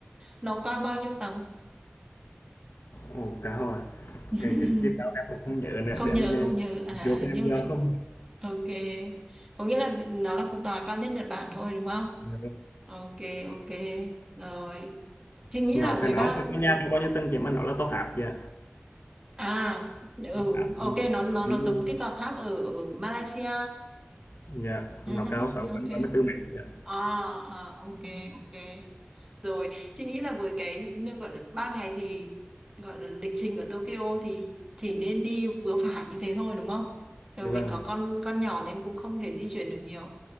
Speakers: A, on the right (about 20°); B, on the left (about 70°).
A: Nó cao bao nhiêu tầng?
B: Ồ, cá hồi, à?
A: <laughs>
B: cái cái chiếc cao em cũng không nhớ nữa,
A: không
B: để em
A: nhớ
B: về-
A: không nhớ à
B: vô cái
A: nhưng
B: em giờ
A: mà-
B: không.
A: ok có nghĩa là nó là cái tòa cao nhất Nhật Bản thôi đúng không
B: Dạ.
A: ok ok rồi chị nghĩ
B: Nó
A: là 13
B: cái nó phải có nhà cao bao nhiêu tầng chị mà nó là tòa tháp dạ.
A: à ừ
B: Tòa tháp.
A: ok nó nó
B: Ừ,
A: nó giống cái tòa tháp ở, ở Malaysia
B: Dạ,
A: Ừ,
B: nó
A: hứ,
B: cao 634
A: ok
B: mét dạ.
A: à, à ok ok rồi chị nghĩ là với cái như gọi là ba ngày thì gọi là lịch trình ở Tokyo thì chỉ nên đi vừa phải như thế thôi đúng không bởi
B: Dạ
A: vì
B: vâng.
A: có con con nhỏ nên cũng không thể di chuyển được nhiều